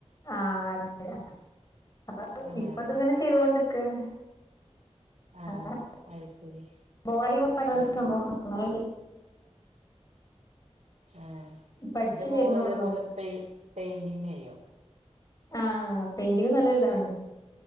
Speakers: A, on the left; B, on the right.
A: ആഹ അതെ ആ അപ്പൊ
B: ആഹ്
A: ഇപ്പതിങ്ങനെ ചെയ്തൊണ്ടിക്കയാണ്
B: ആഹ്
A: അ
B: അത് ശരി
A: ബോഡി
B: ആഹ്
A: സംഭവം അനെ
B: ആ
A: പഠിച്ചു
B: എന്റെ മോള്
A: വരുന്നള്ളൂ
B: അതേപോലെ പെ പെയിന്റിങ്ങ് ചെയ്യും
A: ആഹ പെയിന്റിങ് നല്ലരിതാണ്